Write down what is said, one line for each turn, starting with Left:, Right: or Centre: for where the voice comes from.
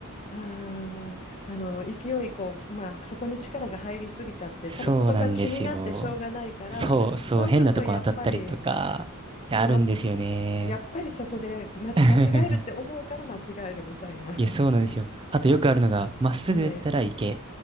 Left: あー、あの勢いこう、まあ、そこに力が入りすぎちゃって多分そこが気になってしょうがないからそうするとやっぱり
Right: そうなんですよ。そうそう、変なとこ当たったりとか、
Left: そうやっ、
Right: いやあるんですよね。
Left: やっぱりそこで、ま、
Right: <laughs>
Left: 間違えるって思うから間違えるみたいな。
Right: いや、そうなんですよ。あとよくあるのが、まっすぐ打ったら池。
Left: <laughs> え